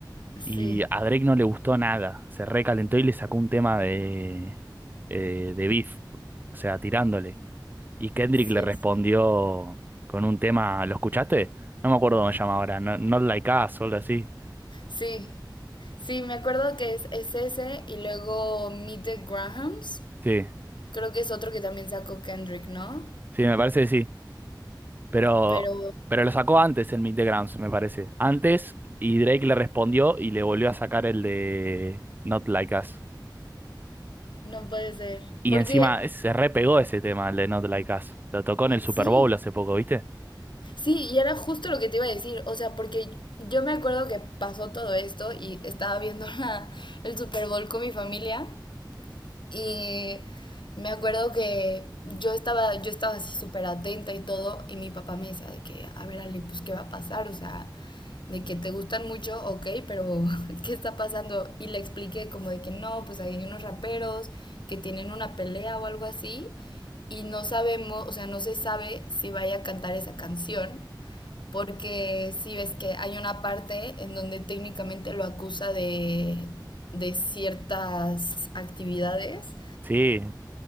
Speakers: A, on the left; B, on the right.
A: sí,
B: Y a Drake no le gustó nada, se recalentó y le sacó un tema de, eh, de beef, o sea, tirándole. Y Kendrick
A: sí,
B: le respondió
A: sí.
B: con un tema, ¿lo escuchaste? No me acuerdo cómo se llama ahora, no- Not Like Us o algo así.
A: Sí, sí, me acuerdo que es, es ese y luego Meet the Grahams.
B: Sí,
A: Creo que es otro que también sacó Kendrick, ¿no?
B: sí, me parece que sí. Pero,
A: Pero
B: pero lo sacó antes en Meet the Grams, me parece. Antes, y Drake le respondió y le volvió a sacar el de Not Like Us.
A: no puede ser.
B: Y
A: Porque
B: encima es- se repegó ese tema, el de Not Like Us. Lo tocó en el Super
A: sí,
B: Bowl hace poco, ¿viste?
A: Sí, y era justo lo que te iba a decir, o sea, porque yo me acuerdo que pasó todo esto y estaba viendo <laughs> la- el Super Bowl con mi familia y me acuerdo que yo estaba, yo estaba así súper atenta y todo y mi papá me decía de que, a ver Ale, pues ¿qué va a pasar? O sea, de que te gustan mucho, ok, pero <laughs> ¿qué está pasando? Y le expliqué como de que no, pues hay unos raperos que tienen una pelea o algo así y no sabemos, o sea, no se sabe si vaya a cantar esa canción porque sí ves que hay una parte en donde técnicamente lo acusa de, de ciertas actividades
B: Sí,